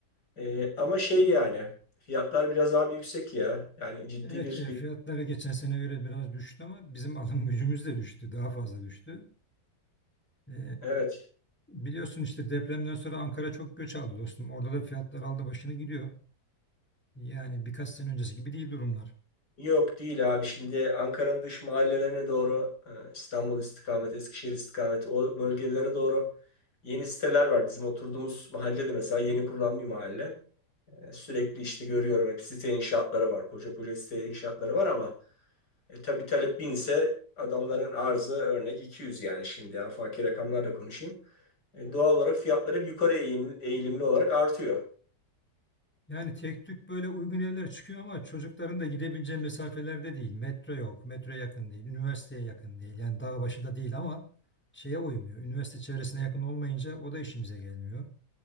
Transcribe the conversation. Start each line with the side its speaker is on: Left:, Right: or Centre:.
Left: Ee, ama şey yani fiyatlar biraz abi yüksek ya. Yani ciddi
Centre: Evet,
Left: bir,
Centre: e,
Left: bir
Centre: fiyatları geçen sene göre biraz düştü ama bizim <laughs> alım gücümüz de düştü, daha fazla düştü. E,
Left: evet.
Centre: biliyorsun işte depremden sonra Ankara çok göç aldı dostum. Orada da fiyatlar aldı başını gidiyor. Yani birkaç sene öncesi gibi değil durumlar.
Left: Yok değil abi. Şimdi Ankara'nın dış mahallelerine doğru e, İstanbul istikameti, Eskişehir istikameti o bölgelere doğru yeni siteler var. Bizim oturduğumuz mahallede mesela yeni kurulan bir mahalle. E, Sürekli işte görüyorum hep site inşaatları var. Koca koca site inşaatları var ama e, tabii talep binse adamların arzı örnek 200 yani şimdi afaki rakamlarla konuşayım. E, doğal olarak fiyatlar hep yukarı eğim- eğilimli olarak artıyor.
Centre: Yani tek tük böyle uygun evler çıkıyor ama çocukların da gidebileceği mesafelerde değil. Metro yok, metro yakın değil, üniversiteye yakın değil. Yani dağ başı da değil ama şeye uymuyor. Üniversite çevresine yakın olmayınca o da işimize gelmiyor.